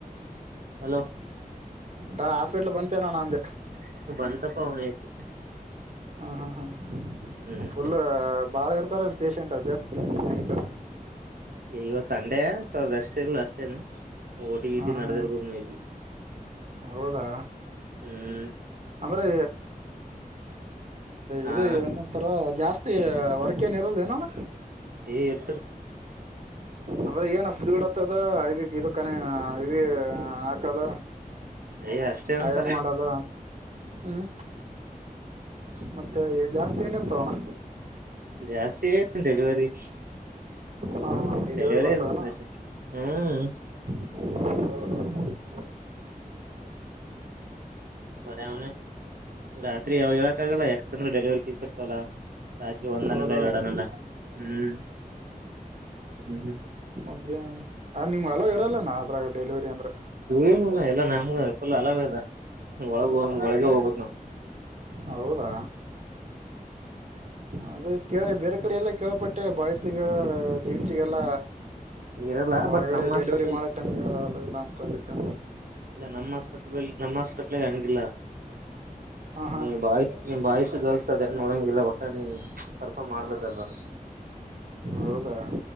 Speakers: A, on the right; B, on the right.
A: ಹಲೋ
B: ಹ ಹಾಸ್ಪಿಟ್ಲ್ ಬಂತೇನ ನ ಅಂದೆ
A: <unintelligible>
B: ಹ್ಮ ಹ್ಮ
A: ಹ್ಮ್
B: ಹ್ಮ ಫುಲ್ಲು ಬಾಳ ಇರ್ತಾರೇನ್ ಪಷೆಂಟು ಅ ಜಾಸ್ತಿ ನೈಟಲ್ಲಿ.
A: ಇವತ್ತು ಸಂಡೇ ಸೊ ರೆಸ್ಟ್ ಇಲ್ಲ ಅಷ್ಟೇನು ಓಟಿ ಇಟಿ
B: ಹಾ ಹಾ
A: ನಡೆದಿರ್ಬೋದು ಮೇ ಬಿ.
B: ಹೌದಾ
A: ಹ್ಮ್
B: ಅಂದ್ರೆ
A: ಹಾ
B: ಇದು ಏನಂತರ ಜಾಸ್ತಿ ವರ್ಕೇನ್ ಇರಲ್ದನೋಣ.
A: ಏ ಇರ್ತ
B: ಅಂದ್ರೆ ಏನ ಫ್ಲ್ಯೂಡ್ ಆತದ ಇದ ಕಣ ಇವಿ ಹಾಕದ
A: ಏ ಅಷ್ಟೇ ಅಂತ
B: ಆ ಏನ್ ಮಾಡದ ಹ್ಮ್. ಮತ್ತೆ ಜಾಸ್ತಿ ಏನಿರ್ತಾವಣ.
A: ಜಾಸ್ತಿ ಏನ್ ಡೆಲಿವರಿ.
B: ಹ ಹಾ
A: ಡೆಲಿವರಿ
B: ಬರ್ತಾವಣ
A: ಇರುತ್ತ ಎನ್ ಹ್ಮ್.
B: ಹೌ ಹೌ <unintelligible>
A: ಬರ ಅವ್ನೆ ರಾತ್ರಿ ಯಾವಾಗ ಹೇಳಕ್ಕಾಗಲ್ಲ ಯಾಕೆಂದ್ರೆ ಡೆಲಿವರಿ ಕೇಸ್ ಇರ್ತವಲ್ಲ. ರಾತ್ರಿ ಒಂದನಲ್ಲ
B: ಹೌದೌದು
A: ಎರಡನ್ನಲ್ಲ ಹ್ಮ್. ಹ್ಮ್
B: ಮದ್ಯಾಹ ಆ ನಿಮ್ಗೆ ಅಲೊ ಇರಲ್ಲನಾ ಅದ್ರ ಡೆಲಿವರಿ ಅಂದ್ರೆ.
A: ಏನಿಲ್ಲ ಎಲ್ಲಾ ನಾರ್ಮಲ್
B: ಬಾಯ್
A: ಫುಲ್ ಅಲೋವಿದೆ ಒಳಗ ಒಳಗ ಹೋಗದು ನಾವು.
B: ಹೌದಾ? ಆದಕ್ಕೆ ಬೇರೆ ಕಡೆ ಎಲ್ಲೊ ಕೇಳ್ಪಟ್ಟೆ ಬಾಯ್ಸ್ ಗೆ ಜನ್ಸಿಗೆಲ್ಲ
A: ಇರಲ್ಲ
B: ಒಳಗಡೆ
A: ಬಟ್ ನಮ್ಮ್ ಹಾಸ್ಪಿಟ್ಲಲ್ಲಿ
B: ಡೆಲಿವರಿ ಮಾಡ್ <unintelligible> ಅಲೋ ಇಲ್ಲ ಅಂತದಕ್ಕೆ.
A: ಇಲ್ಲ ನಮ್ಮ್ ಹಾಸ್ಪಿಟದಲ್ ನಮ್ಮ್ ಹಾಸ್ಪಿಟ್ಲ್ ಹಂಗಿಲ್ಲ
B: ಹಾ ಹಾ
A: ನೀ ಬಾಯ್ಸ್ ನೀ ಬಾಯ್ಸ್ ಗರ್ಲ್ಸ್ ಅದೇ ನೋಡಂಗಿಲ್ಲ ಒಟ್ನಲ್ಲಿ ಪರ್ಫಾಮ್ ಮಾಡ್ಬೇಕಲ್ವಾ.
B: ಹೌದಾ?